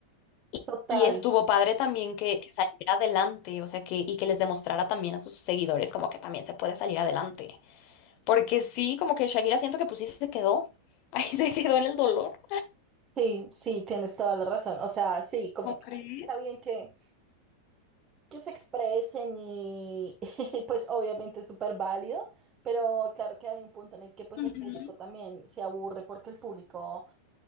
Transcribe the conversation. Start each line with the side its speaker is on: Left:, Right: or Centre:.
Left: Y,
Right: Total.
Left: y estuvo padre también que, que saliera adelante, o sea, que, y que les demostrara también a sus seguidores como que también se puede salir adelante. Porque sí, como que Shakira siento que pues sí se quedó, <laughs> ahí se quedó en el dolor.
Right: Sí, sí, tienes toda la razón. O sea, sí, como
Left: ¿No
Right: que
Left: crees?
Right: está bien que, que se expresen y, <laughs> y, pues obviamente es súper válido, pero claro que hay un punto en el que pues
Left: Ujú.
Right: el público también se aburre porque el público